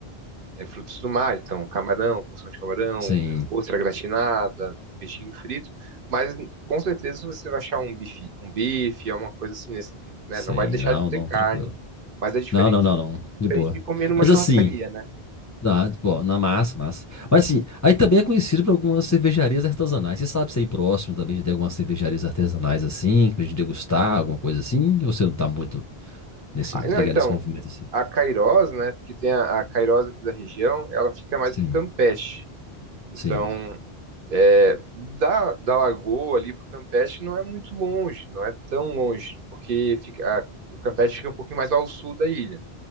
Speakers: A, on the right; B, on the left.
A: é frutos do mar, então camarão, porção de camarão,
B: Sim,
A: ostra gratinada, peixinho frito. Mas com certeza você vai achar um bife, um bife, alguma coisa assim, nesse- né?
B: sim.
A: Não vai deixar
B: Não,
A: de ter
B: não,
A: carne.
B: tranquilo.
A: Mas é diferente,
B: Não, não, não, não. De
A: diferente
B: boa.
A: de comer numa
B: Mas
A: churrascaria,
B: assim,
A: né?
B: Dá, pô, na massa, massa. Mas assim, aí também é conhecido por algumas cervejarias artesanais. Você sabe se é aí próximo também já tem algumas cervejarias artesanais assim, pra gente degustar, alguma coisa assim? Ou você não tá muito nesse,
A: Ah,
B: ligado
A: Não, então,
B: nesse movimento assim?
A: a Cairós, né, porque tem a, a Cairós aqui da região, ela fica mais
B: Sim,
A: no Campeche. Então,
B: sim,
A: é, da, da Lagoa ali pro Campeche não é muito longe, não é tão longe, porque fica, a- o Campeche fica um pouquinho mais ao sul da ilha,